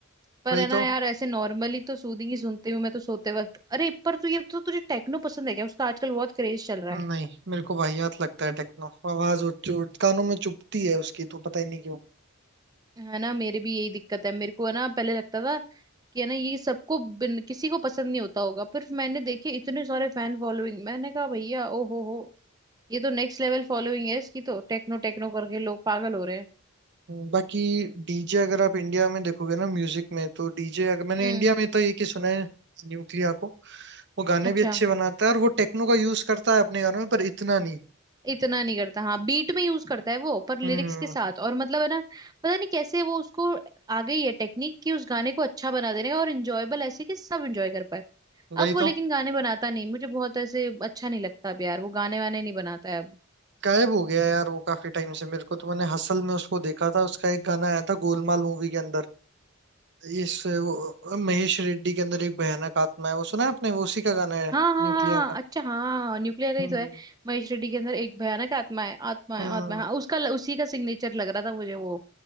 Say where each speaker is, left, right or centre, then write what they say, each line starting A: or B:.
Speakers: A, on the right; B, on the right.
A: पर
B: वही
A: है ना
B: तो
A: यार ऐसे नॉर्मली तो सूदिंग ही सुनती हूँ मैं तो सोते वक्त अरे पर तू ये तो तुझे टेक्नो पसंद है क्या उसका आजकल बहुत क्रेज चल रहा
B: नहीं
A: है
B: मेरे को वाहियात लगता है टेक्नो आवाज और जो कानों में चुभती है उसकी तो पता ही नहीं क्यों
A: है ना मेरे भी यही दिक्कत है मेरे को है ना पहले लगता था कि है ना ये सबको बिन- किसी को पसंद नहीं होता होगा पर मैंने देखे इतने सारे फैन फॉलोइंग मैंने कहा भैया ओ हो हो ये तो नेक्स्ट लेवल फॉलोइंग है इसकी तो टेक्नो टेक्नो करके लोग पागल हो रहे हैं
B: हम्म, बाकी डीजे अगर आप इंडिया में देखोगे ना म्यूजिक में तो डीजे अगर मैंने
A: हम्म
B: इंडिया में तो एक ही सुना है न्यूक्लिया को। वो गाने
A: अच्छा
B: भी अच्छे बनाता है और वो टेक्नो का यूज करता है अपने गानों में पर इतना नहीं
A: इतना नहीं करता हाँ बीट में यूज करता है वो पर लिरिक्स
B: हम्म
A: के साथ और मतलब है ना पता नहीं कैसे वो उसको आ गई है टेक्निक कि उस गाने को अच्छा बना देने का और इंजॉयबल ऐसे कि सब इंजॉय कर पाए
B: वही
A: अब वो
B: तो
A: लेकिन गाने बनाता नहीं मुझे बहुत ऐसे अच्छा नहीं लगता अब यार वो गाने वाने नहीं बनाता है अब
B: गायब हो गया यार वो काफी टाइम से मेरे को तो मैंने हसल में उसको देखा था उसका एक गाना आया था गोलमाल मूवी के अंदर इस वो, महेश रेड्डी के अंदर एक भयानक आत्मा है वो सुना है आपने वो उसी का गाना है
A: हाँ हाँ
B: न्यूक्लिया
A: हाँ हाँ,
B: का
A: अच्छा हाँ न्यूक्लियर का
B: हम्म
A: ही तो है महेश रेड्डी के अंदर एक भयानक आत्मा है आत्मा
B: हम्म
A: है आत्मा है हाँ उसका उसी का सिग्नेचर लग रहा था मुझे वो